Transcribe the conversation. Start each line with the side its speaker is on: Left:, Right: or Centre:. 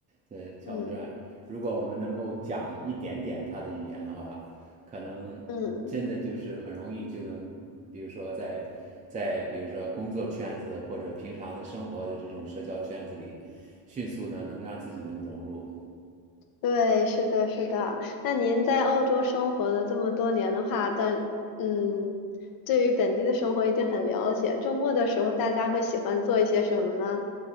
Right: 呃，敲门砖。
Left: 嗯
Right: 如果我们能够讲一点点他的语言的话，可能真的就是很容易就能，
Left: 嗯。
Right: 比如说在在比如说工作圈子或者平常的生活的这种社交圈子里，迅速呢能让自己能融入。
Left: 对，是的，是的。那您在澳洲生活了这么多年的话，但嗯，对于本地的生活一定很了解。周末的时候，大家会喜欢做一些什么呢？